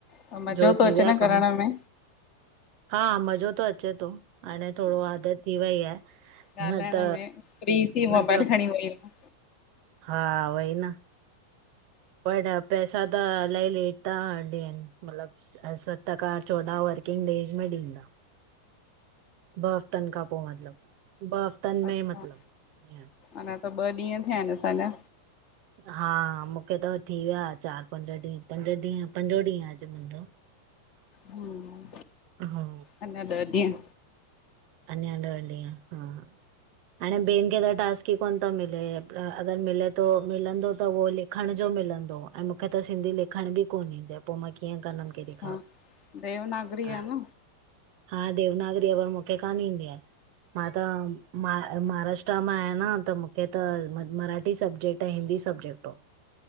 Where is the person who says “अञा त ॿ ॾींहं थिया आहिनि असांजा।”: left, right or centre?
Left